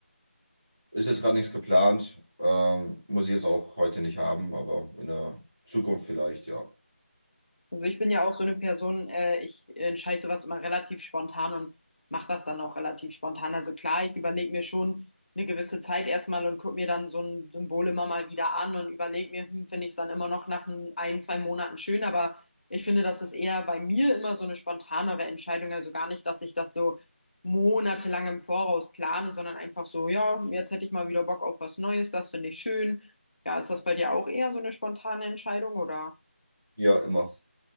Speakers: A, in the centre; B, on the left.
A: Ist jetzt gerade nichts geplant. Ähm, muss ich jetzt auch heute nicht haben, aber in der Zukunft vielleicht, ja.
B: Also ich bin ja auch so eine Person, äh, ich entscheide sowas immer relativ spontan und mache das dann auch relativ spontan. Also klar, ich überlege mir schon eine gewisse Zeit erstmal und gucke mir dann so ein Symbol immer mal wieder an und überlege mir, hm, finde ich es dann immer noch nach ein, ein, zwei Monaten schön. Aber ich finde, das ist eher bei mir immer so eine spontanere Entscheidung. Also gar nicht, dass ich das so monatelang im Voraus plane, sondern einfach so, ja, jetzt hätte ich mal wieder Bock auf was Neues, das finde ich schön. Ja, ist das bei dir auch eher so eine spontane Entscheidung oder?
A: Ja, immer.